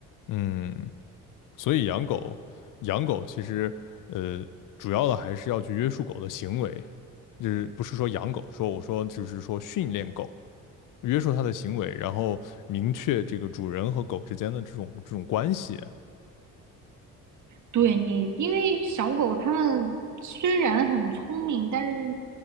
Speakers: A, on the left; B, on the right.
A: 嗯，所以养狗养狗其实呃主要的还是要去约束狗的行为，就是不是说养狗，说我说就是说训练狗。约束它的行为，然后明确这个主人和狗之间的这种这种关系。
B: 对你，因为小狗它们虽然很聪明，但是